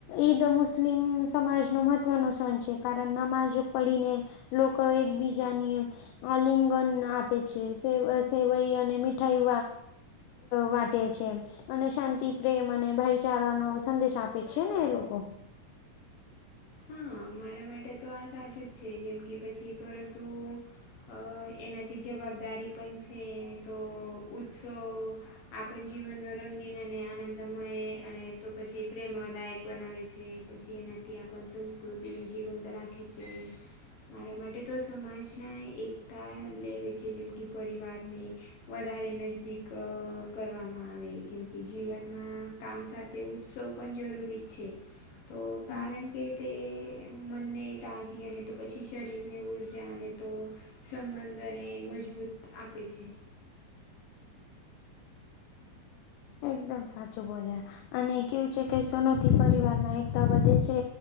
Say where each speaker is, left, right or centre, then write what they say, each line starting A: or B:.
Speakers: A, on the left (about 80°); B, on the left (about 65°).
A: ઈદ મુસ્લિમ સમાજનો મહત્વનો સણ છે કારણ નમાજ પડીને લોકો એકબીજાની અલિંગન ના આપે છે સેવઈ અને મીઠાઈ વાટે છે. અને શાંતિ પ્રેમ અને ભાઈચારાનોો સંદેશ આપે છે ને એ લોકો
B: હા મારા માટે તો આ સાચું જ છે જેમ કે પછી પરંતુ અ એનાથી જવાબદારી પણ છે એને તો ઉત્સવ આપણ જીવનનો રંગીન અને આનંદમય અને તો પછી પ્રેમદાયક બનાવે છે. પછી એનાથી આપણ સંસ્કૃતિને જીવંત રાખે છે. મારા માટે તો સમાજના એકતા લેવે છે જેમ કે પરિવારને વધારે નજીદીક કરવામાં આવે જેમ કે જીવનમાં કામ સાથે ઉત્સવ પણ જરૂરી છે તો કારણ
A: હમ
B: કે તે મનને તાજગને તો પછી શરીરને ઉર્જા અને તો સંબંધને મજબૂત આપે છે.
A: એકદમ સાચું બોલ અને કેવું છે કે સનોથી પરિવાર માં એકતા વધે છે